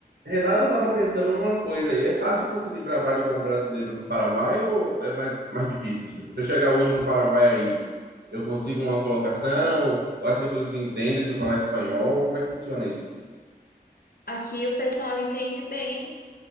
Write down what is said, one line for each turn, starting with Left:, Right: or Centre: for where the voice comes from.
Right: Renata estava pensando numa coisa aí. É fácil conseguir trabalho como brasileiro no Paraguai ou é mais, mais difícil? Tipo assim, se eu chegar hoje no Paraguai aí, eu consigo uma colocação? Ou as pessoas me entendem se eu falar espanhol? Como é que funciona isso?
Left: Aqui o pessoal entende bem